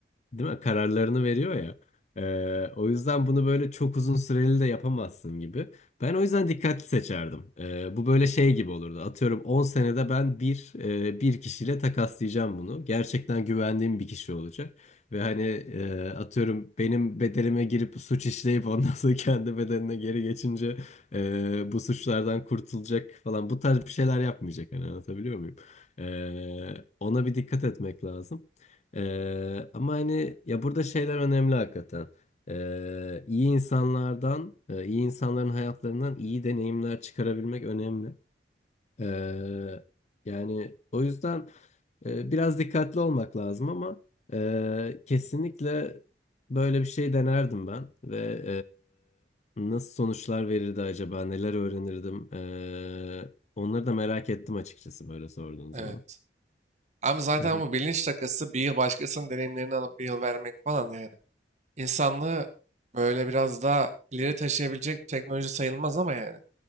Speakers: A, on the left; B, on the right.
A: Değil mi? Kararlarını veriyor ya. Ee, o yüzden bunu böyle çok uzun süreli de yapamazsın gibi. Ben o yüzden dikkatli seçerdim. Ee, bu böyle şey gibi olurdu. Atıyorum 10 senede ben bir e, bir kişiyle takaslayacağım bunu. Gerçekten güvendiğim bir kişi olacak. Ve hani e, atıyorum benim bedelime girip suç işleyip ondan sonra <laughs> kendi bedenine geri geçince e, bu suçlardan kurtulacak falan. Bu tarz bir şeyler yapmayacak. Hani anlatabiliyor muyum? Ee, ona bir dikkat etmek lazım. Ee, ama hani ya burada şeyler önemli hakikaten. Ee, iyi insanlardan, e, iyi insanların hayatlarından iyi deneyimler çıkarabilmek önemli. Ee, yani o yüzden e, biraz dikkatli olmak lazım ama e, kesinlikle böyle bir şey denerdim ben ve e, nasıl sonuçlar verirdi acaba, neler öğrenirdim? E, onları da merak ettim açıkçası böyle sorduğun
B: Evet.
A: zaman.
B: Ama zaten
A: Hı hı,
B: bu bilinç takası bir yıl başkasının deneyimlerini alıp bir yıl vermek falan yani. İnsanlığı böyle biraz daha ileri taşıyabilecek bir teknoloji sayılmaz ama yani.